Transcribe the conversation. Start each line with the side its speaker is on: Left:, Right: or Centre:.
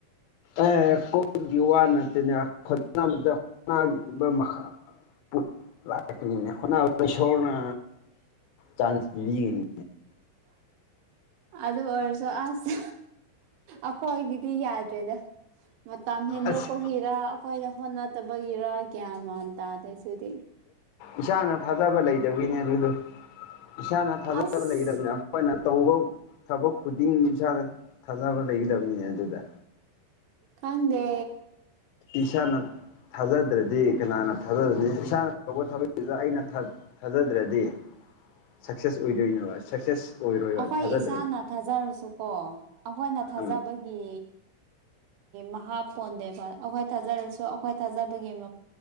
Left: ꯑꯦ ꯀꯣꯏꯗꯤ ꯋꯥ ꯅꯠꯇꯦꯅ <unintelligible> ꯅꯤ ꯍꯣꯠꯅꯕ ꯏꯁꯣꯔꯅ ꯆꯥꯟꯁ ꯂꯤꯒꯅꯤ
Right: ꯑꯗꯨ ꯑꯣꯏꯔꯁꯨ ꯑꯁ ꯑꯩꯈꯣꯏꯒꯤꯗꯤ ꯌꯥꯗ꯭ꯔꯦꯗ ꯃꯇꯝ ꯍꯦꯟꯗꯣꯛꯄ
Left: ꯑꯁ
Right: ꯒꯤꯔ ꯑꯩꯈꯣꯏꯅ ꯍꯣꯠ ꯅꯗꯕꯒꯤꯔ ꯒ꯭ꯌꯥꯟ ꯃꯥꯟ ꯇꯥꯗꯁꯨꯗꯤ
Left: ꯏꯁꯥꯅ ꯊꯥꯖꯕ ꯂꯩꯇꯕꯒꯤꯅꯦ ꯑꯗꯨꯗꯣ ꯏꯁꯥꯅ ꯊꯥꯖꯕ
Right: ꯑꯁ
Left: ꯂꯩꯒꯗꯕꯅꯦ ꯑꯩꯈꯣꯏꯅ ꯇꯧꯕ ꯊꯕꯛ ꯈꯨꯗꯤꯡ ꯏꯁꯥꯅ ꯊꯥꯖꯕ ꯂꯩꯒꯗꯕꯅꯤ ꯑꯗꯨꯗ
Right: ꯈꯪꯗꯦ
Left: ꯏꯁꯥꯅ ꯊꯥꯖꯗ꯭ꯔꯗꯤ ꯀꯅꯥꯅ ꯊꯥꯖꯗꯅꯤ ꯏꯁꯥꯅ ꯇꯧꯕ ꯊꯕꯛ <inaudible> ꯗ ꯑꯩꯅ ꯊ ꯊꯥꯖꯗ꯭ꯔꯗꯤ ꯁꯛꯁꯦꯁ ꯑꯣꯏꯗꯣꯏꯅꯣꯕ ꯁꯛꯁꯦꯁ ꯑꯣꯏꯔꯣꯏꯕ
Right: ꯑꯩꯈꯣꯏ
Left: ꯊꯥꯖꯗ꯭ꯔꯗꯤ
Right: ꯏꯁꯥꯅ ꯊꯥꯖꯔꯁꯨꯀꯣ ꯑꯩꯈꯣꯏꯅ ꯊꯥꯖꯕꯒꯤ
Left: ꯑꯥ
Right: ꯃꯍꯥꯄꯣꯟꯗꯦꯕ ꯑꯩꯈꯣꯏ ꯊꯥꯖꯔꯁꯨ ꯑꯩꯈꯣꯏ ꯊꯥꯖꯕꯒꯤ <unintelligible>